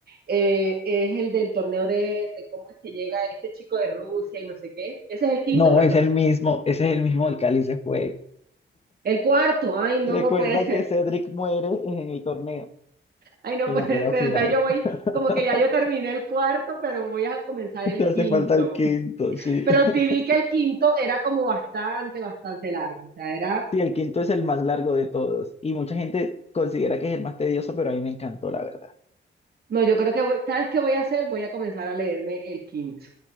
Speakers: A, on the right; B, on the left.
A: eh, es el del torneo de, de cómo es que llega este chico de Rusia y no sé qué. Ese es el quinto,
B: No,
A: ¿verdad?
B: es el mismo, ese es el mismo del Cáliz de Fuego.
A: El cuarto, ay, no,
B: Recuerda
A: no puede ser.
B: que Cedric muere en el torneo,
A: Ay, no
B: en
A: puede
B: la prueba
A: ser.
B: final.
A: Entonces yo voy,
B: <laughs>
A: como que ya yo terminé el cuarto, pero voy a comenzar el
B: Te hace
A: quinto.
B: falta el quinto, sí.
A: Pero
B: <laughs>
A: sí vi que el quinto era como bastante, bastante largo. O sea, era,
B: Sí, el quinto es el más largo de todos y mucha gente considera que es el más tedioso, pero a mí me encantó, la verdad.
A: no, yo creo que, voy- ¿sabes qué voy a hacer? Voy a comenzar a leerme el quinto.